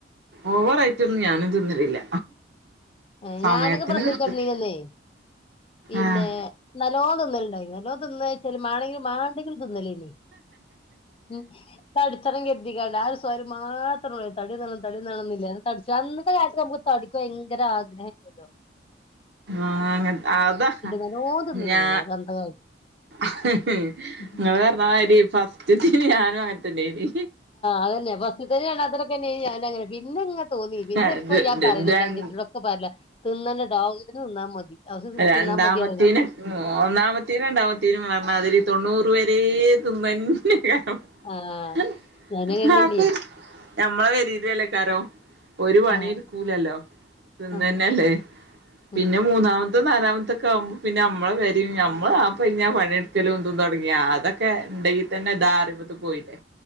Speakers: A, on the right; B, on the left.
A: ഓവറായി റ്റൊന്നും ഞാനും തിന്നലില്ല
B: ഏ
A: സമയത്തിന്
B: ഞാനൊക്കെ പ്രസവിച്ചെട്ന്നീന്നന്നെയ്
A: കൃത്യത്തി
B: പിന്നെ
A: ആഹ്
B: നല്ലോം തിന്നൽ ണ്ടായിന്ന് നല്ലോം തിന്നാച്ചാല് മാണെങ്കിലും മാണ്ടെങ്കിലും തിന്നലെയ്ന്നു ഉം തടിച്ചെണം കെര്തിക്കാണ്ട് ആ ഒരുസ് തൊരു മാത്രോള്ളു തടിയന്നാവണം തടിയന്നാവണംന്ന്ല്ലാ തടിച്ചാനൊന്ന് <unintelligible> കാര്യത്തിന് നമ്മക്ക് തടിക്ക് ഭയങ്കരാ - <unintelligible>
A: ആ അങ്ങൻ ആ താ
B: നല്ലോം തിന്നീനി
A: ഞാ
B: ഞാന് അന്നത്തെ
A: ഹ് ഹ്
B: കാലത്ത്
A: ങ്ങള് പറഞ്ഞമാതിരി ഫ ഫസ്റ്റ്ത്തീന് ഞാനും അങ്ങൻ തന്നേയ്നി
B: അതെന്നെ ഫസ്റ്റ്ത്തേനും രണ്ടാമത്തേനൊക്കെ പിന്നെ ഞാനും അങ്ങനെ പിന്നെ ങ്ങനെ തോന്നി പിന്നെ
A: ര
B: പ്പോ ഞാൻ പറയല്ണ്ട്
A: ര
B: ന്റെ അഞ്ചത്തിനീടൊക്കെ പറയല <unintelligible> ഫസ്റ്റ്ത്തീന് തിന്നാ മതി ആവശ്യത്തിന്
A: രണ്ടാമത്തീനും
B: തിന്നാ മതി പറയലാ
A: ഒന്നാമത്തീനും രണ്ടാമത്തേനും ങ്ങള് പറഞ്ഞാതിരി തൊണ്ണൂറ് പേരു ത്തീം തിന്നന്നയ്ക്കാരം
B: ആഹ്
A: <unintelligible>
B: ഞാനങ്ങനെനി
A: നമ്മളെ പെരീലും അല്ലയ്ക്കാരം ഒരു പണി
B: ആഹ്
A: എടുക്കൂലല്ലോ തിന്നന്നെല്ലേ
B: ആഹ്
A: പിന്നെ
B: ഉം
A: മൂന്നാമ ഇ നാലാമത്തൊക്കെ ആവുമ്പോപ്പോ പിന്നെ നമ്മളെ പേരേം നമ്മള് നപ്പെയ്ഞ്ഞാ പണിട്ക്കല് തും തുടങ്ങിയാ അതൊക്കെ ണ്ടെങ്കിൽ തന്നെ താ <unintelligible> പോയില്ലേ